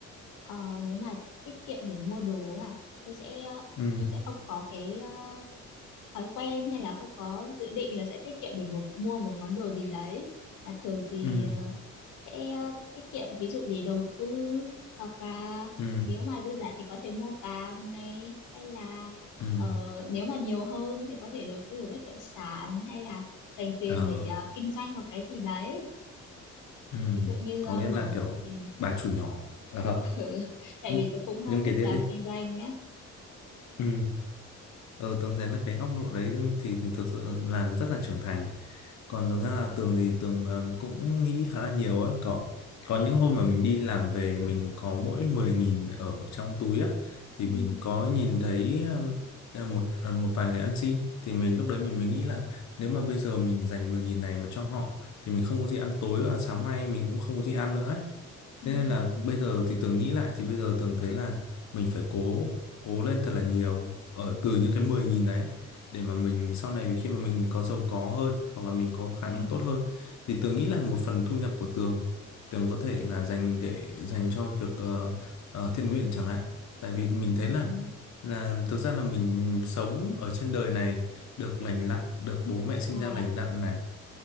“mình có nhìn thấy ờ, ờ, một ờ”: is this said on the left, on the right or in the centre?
Left